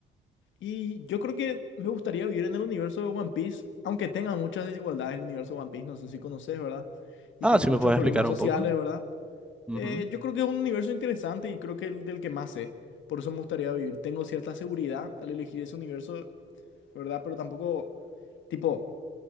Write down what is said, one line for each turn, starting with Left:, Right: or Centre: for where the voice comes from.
Left: Y yo creo que me gustaría vivir en el universo de One Piece, aunque tenga muchas desigualdades el universo de One Piece, no sé si conoces, ¿verdad? Y
Centre: Ah,
Left: tenga
Centre: si
Left: muchos
Centre: me puedes
Left: problemas
Centre: explicar
Left: sociales,
Centre: un poco.
Left: ¿verdad?
Centre: Ujú.
Left: Eh, yo creo que es un universo interesante y creo que el del que más sé. Por eso me gustaría vivir. Tengo cierta seguridad al elegir ese universo, ¿verdad? Pero tampoco, tipo,